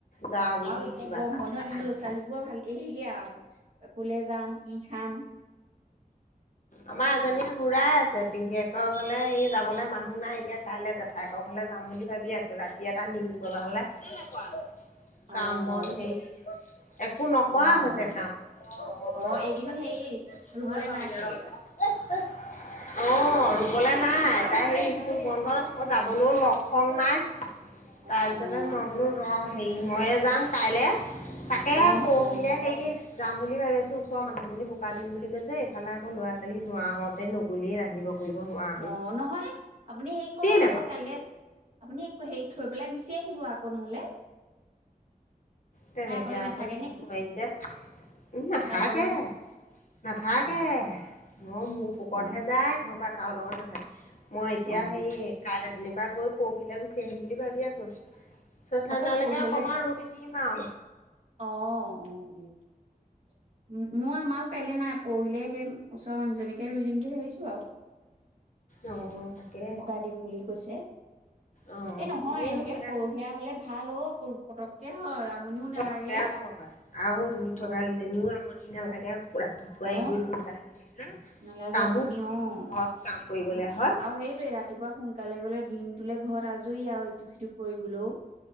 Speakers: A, on the left; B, on the right.
A: যা বোলো
B: আৰু
A: সেই
B: এতিয়া
A: কিবা
B: গম
A: এটা
B: বন্ধৰ
A: খা
B: দিনত
A: আনগে
B: লো-ছোৱালীবোৰ ভাল কে-হেয়ে আৰু ক'লে যাম, কি খাম?
A: আমাৰ এজনীয়ে হুৰাই আছে, পেহীয়েকৰ ঘৰলে এই যাবলে মানুহ নাই, এতিয়া কাইলে যাম। <unintelligible> ঘৰলে যাম বুলি ভাবি আছোঁ, ৰাতি এটা নিনিবলৈ হ'লে! <unintelligible>
B: অ',
A: কাম বন হেৰি, একো নকৰা
B: অ',
A: হৈছে
B: অ',
A: কাম।
B: অ', <unintelligible>
A: মইয়ে পামগে
B: চাগে
A: ৰ'। <unintelligible> অ', ৰুবলৈ নাই, তাই সেই স্কুল বন্ধ, আকৌ যাবলেও লক্ষণ নাই।
B: অ',
A: তাৰপিছতে
B: অ',
A: মই বোলো ৰ', হেৰি মইয়ে যাম কাইলে, পা কে
B: অ',
A: পৰহিলে
B: অ',
A: হেৰি যাম বুলি ভাবি আছোঁ, ওচৰৰ মানুহজনী বোকা দিম বুলি কৈছে এইফালে আকৌ ল'ৰা ছোৱালী নোৱা হওঁতেই নগ'লেই ৰান্ধিব। কৰিব নোৱাৰ
B: ন, নহ'লে আপুনি হেৰি কৰক আকৌ
A: নাপাওঁ
B: কাইলে আপুনি ক-হেৰি, থৈ পেলাই গুচি আহিব আকৌ নহ'লে!
A: তেনেকে
B: তাই অকলে
A: আকৌ
B: নাথাকে
A: যাবও
B: নে কি
A: নোৱাৰি যে, এই নাথাকে।
B: তাই অকলে
A: নাথাকে।
B: অ
A: অ', মোৰ পোকৰতহে
B: অ
A: যায়, নহ'বা কাৰো লগত নাথাকে, মই এতিয়া
B: অ
A: হেই কাইলে যেনিবা গৈ পৰহিলে গুচি আহিম বুলি ভাবি আছোঁ, ছঠাদিনালৈকে
B: আকৌ পৰহিললে
A: অকমান ৰুই দিম আউ।
B: অ', অ', উম। উম উম, মোৰ-আমাৰো কাইলে নাই, পৰহিলে সেই ওচৰৰ মানুহজনীকে ৰুই দিম বুলি ভাবিছোঁ আৰু।
A: অ', তাকে।
B: বোকা দিম বুলি কৈছে।
A: অ
B: এ নহয়,
A: মোৰ
B: এনেকে
A: সেয়া
B: সৰহীয়া হ'লে ভাল অ', প-পতককে হয়। আমনিও
A: পতককে
B: নালাগে
A: হয় আৰু ৰুই
B: অ
A: থকা কেইজনীও আমনি নালাগে। ৰাতিপুৱাই
B: অ
A: গৈ সোনকালে ৰুই দিলে,
B: নালাগে
A: কামো
B: আমনি
A: তোকে
B: অ
A: ঘৰতো কাম কৰিবলে
B: আম
A: হয়।
B: আৰু সেইটোৱে, ৰাতিপুৱা সোনকালে গ'লে দিনটোলে ঘৰত আজৰি আৰু ইটো সিটো কৰিবলৈও।